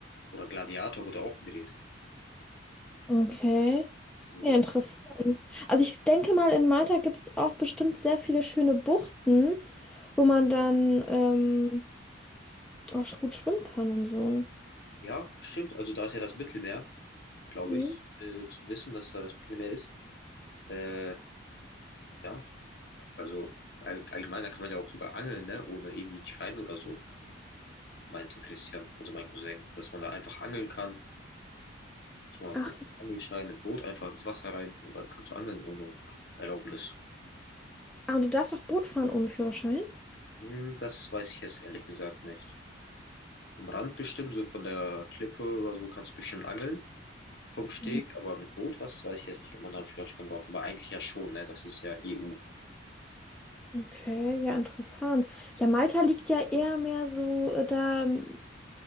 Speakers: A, on the left; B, in the centre.
A: Oder Gladiator wurde auch gedreht.
B: Okay.
A: So,
B: Ja, interessant. Also ich denke mal, in Malta gibt es auch bestimmt sehr viele schöne Buchten, wo man dann ähm, auch sch- gut schwimmen kann und so.
A: ja, stimmt. Also da ist ja das Mittelmeer, glaube
B: Mhm.
A: ich, äh, zu wissen, dass da das Mittelmeer ist. Äh, ja, also all, allgemein, da kann man ja auch sogar angeln, ne? Ohne irgendwie einen Schein oder so. meinte Christian, also mein Cousin, dass man da einfach angeln kann, dass man
B: Ach,
A: ohne Angelschein mit Boot einfach ins Wasser rein und dann kannst du angeln ohne Erlaubnis.
B: ah, du darfst auch Boot fahren ohne Führerschein?
A: Hm, Das weiß ich jetzt ehrlich gesagt nicht. Vom Rand bestimmt, so von der Klippe oder so kannst du bestimmt angeln. Vom Steg,
B: Mhm.
A: aber mit Boot, was weiß ich jetzt nicht, ob man da einen Führerschein braucht. Aber eigentlich ja schon, ne? Das ist ja EU.
B: Okay, ja, interessant. Ja, Malta liegt ja eher mehr so äh, da ähm,